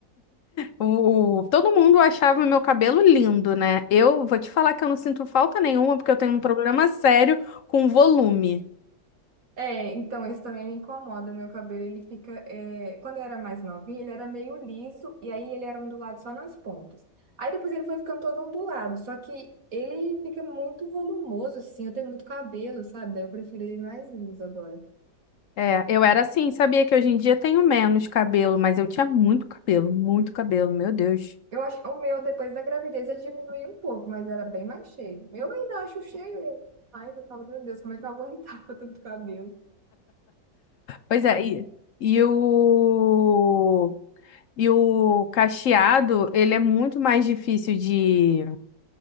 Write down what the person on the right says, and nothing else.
É, então isso também me incomoda. O meu cabelo, ele fica. é, Quando eu era mais novinha, ele era meio liso, e aí ele era ondulado só nas pontas. Aí depois ele foi ficando todo ondulado, só que ele fica muito volumoso, assim. Eu tenho muito cabelo, sabe? Daí eu prefiro ele mais liso agora.
Eu acho. O meu, depois da gravidez, ele diminuiu um pouco, mas era bem mais cheio. Eu ainda acho cheio, e mais eu falo, meu Deus, como é que eu aguentava <laughs> tanto cabelo?